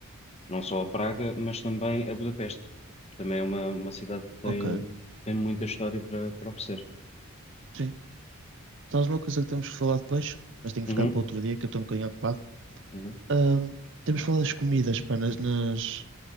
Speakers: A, on the left; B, on the right.
A: não só a Praga, mas também a Budapeste. Também é uma, uma cidade que tem,
B: Ok,
A: tem muita história para, para oferecer.
B: sim. Sabes uma coisa que temos que falar depois, mas tenho que
A: Uhum,
B: ficar para outro dia que eu estou um bocadinho ocupado.
A: uhum,
B: Ahm, temos que falar das comidas, pá, nas, nas-